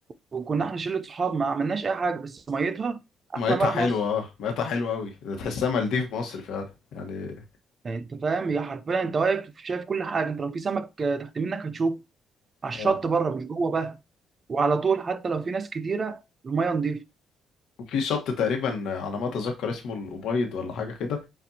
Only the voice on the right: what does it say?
وكنا احنا شله صحاب ما عملناش اي حاجه بس ميتها احلى
ما
في مصر
يعني انت فاهم هي حرفيا انت واقف شايف كل حاجه انت لو في سمك آه، تحت منك هتشوفه على
الشط بره مش جوه بقى وعلى طول حتى لو في ناس كتيره الميه نظيفه